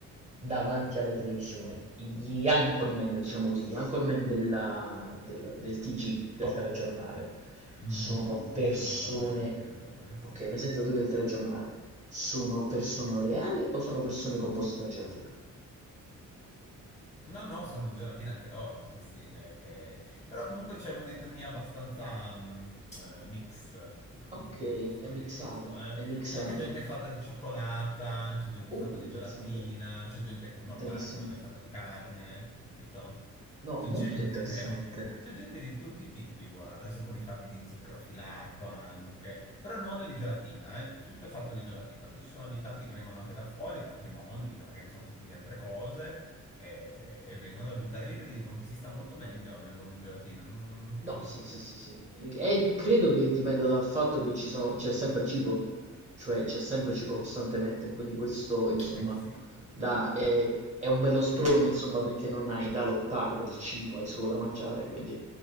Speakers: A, on the right; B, on the left.
A: davanti alla televisione, gli anchorman, diciamo così, gli anchorman della- del, del TG, del telegiornale,
B: Mhm,
A: sono persone,
B: I presentatori del telegiornale, sì.
A: ok, i presentatori del telegiornale, sono persone reali o sono persone composte da gelatina?
B: No, no, sono di Gelatina anche loro, sì, sì. eh, che- Però comunque c'è un'etnia abbastanza mm, eh, mix mm,
A: Ok,
B: in quel posto
A: è mixato,
B: lì, ho visto. eh.
A: è mixato.
B: C'è anche gente fatta di cioccolata, c'è gente
A: Uh,
B: fatta
A: interessante.
B: di gelatina, c'è gente normale
A: Interessante.
B: come noi fatta di carne, capito?
A: No,
B: C'è
A: molto
B: gente,
A: interessante.
B: <laughs> c'è gente di tutti i tipi, guarda. Ci sono quelli fatti di zucchero filato anche. Però il mondo è di gelatina, eh. Tutto è fatto di gelatina. Però ci sono abitanti che vengono anche da fuori, da altri mondi, che magari sono fatti di altre cose e, e vengono ad abitare lì perché dicono che si sta molto meglio nel mondo di gelatina. Mm, Non si capisce
A: No, sì,
B: perché.
A: sì, sì, sì. E credo che dipenda dal fatto che ci sono, c'è sempre cibo, cioè c'è sempre cibo costantemente, quindi questo, insomma,
B: Eh sì.
A: dà- è, è un bello sprone, insomma, perché non hai da lottare per il cibo, hai solo da mangiare, quindi